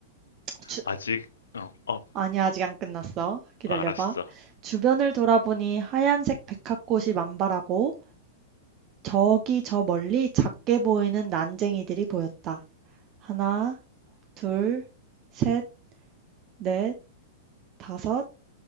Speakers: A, on the right; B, on the left.
A: 주-
B: 아직, 어, 어,
A: 아니, 아직 안 끝났어. 기다려봐.
B: 알았어.
A: 주변을 돌아보니 하얀색 백합꽃이 만발하고 저기 저 멀리 작게 보이는 난쟁이들이 보였다. 하나, 둘, 셋, 넷, 다섯,